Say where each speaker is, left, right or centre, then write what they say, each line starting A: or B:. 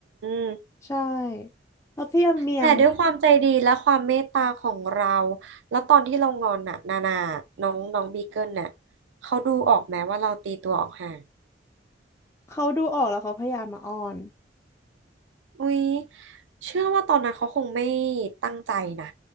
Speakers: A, on the right; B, on the left.
A: ม
B: ใช่แล้วพี่เบียร์
A: แต่ด้วยความใจดีและความเมตตาของเรา แล้วตอนที่เรางอนน่ะนานาน้องน้องบีเกิลน่ะเขาดูออกไหมว่าเราตีตัวออกห่าง
B: เขาดูออกแล้วเขาพยายามมาอ้อน
A: อุ้ยเชื่อว่าตอนนั้นเขาคงไม่ตั้งใจนะ